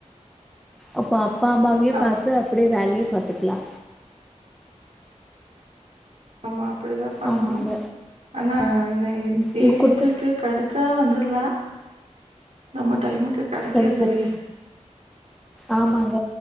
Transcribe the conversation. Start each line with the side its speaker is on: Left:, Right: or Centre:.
Centre: அப்போ அப்பா அம்மாவையு
Right: ஆ-
Centre: பாத்து அப்டியே வேலையு பாத்துக்லா
Right: ஆமா அப்டிதா பண்ணணு
Centre: ஆமாங்க
Right: ஆனா நா தேடிட்ருக்கு
Centre: உங்க குடும்ப
Right: கெடச்சா வந்துர்லா நம்ம டைமுக்கு கெடைக்கற்து
Centre: சரி சரி
Right: இல்லயே
Centre: ஆமாங்க